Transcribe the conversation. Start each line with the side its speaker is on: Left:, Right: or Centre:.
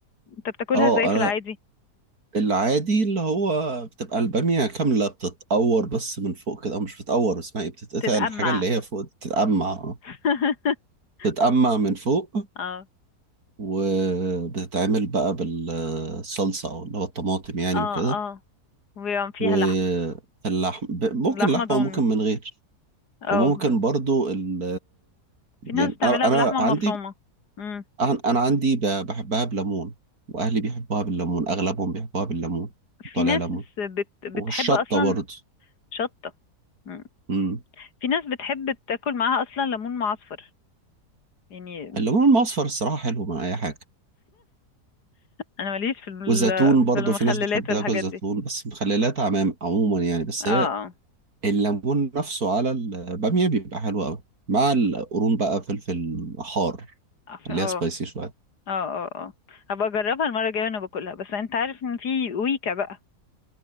Left: انت بتاكلها
Right: اه
Left: ازاي في
Right: أنا
Left: العادي
Right: العادي اللي هو بتبقى البامية كاملة بتتقور بس من فوق كده أو مش بتتقور اسمها ايه بتتقطع
Left: تتقمع
Right: الحاجة اللي هي فوق دي، بتتقمع
Left: <laughs>
Right: بتتقمع من فوق
Left: اه
Right: وبتتعمل بقى بالصلصة أو اللي هو الطماطم يعني
Left: اه
Right: وكده
Left: اه وبيبقى فيها
Right: واللحم
Left: لحمة
Right: ب- ممكن
Left: لحمة
Right: لحمة
Left: ضاني
Right: وممكن من غير
Left: اه
Right: وممكن برضو ال
Left: في ناس
Right: يعني
Left: بتعملها
Right: أنا أنا
Left: باللحمة
Right: عندي
Left: المفرومة مم.
Right: أنا أنا عندي ب- بحبها بليمون وأهلي بيحبوها بالليمون أغلبهم بيحبوها بالليمون
Left: في
Right: طالع
Left: ناس
Right: ليمون
Left: بت... بتحب
Right: والشطة
Left: أصلا
Right: برضو
Left: شطة مم.
Right: مم.
Left: في ناس بتحب تاكل معاها أصلا ليمون معصفر يعني
Right: الليمون المصفر الصراحة حلو مع أي حاجة
Left: أنا ماليش في ال-
Right: والزيتون
Left: في
Right: برضو
Left: المخللات
Right: في ناس بتحب تاكل
Left: والحاجات
Right: الزيتون
Left: دي
Right: بس مخللات عمام عموما يعني بس
Left: اه
Right: هي الليمون نفسه على البامية بيبقى حلو أوي مع القرون بقى فلفل حار
Left: اه
Right: اللي
Left: اه
Right: هي سبايسي شوية
Left: اه اه آه. هبقى أجربها المرة الجاية وأنا باكلها بس أنت عارف إن في ويكا بقى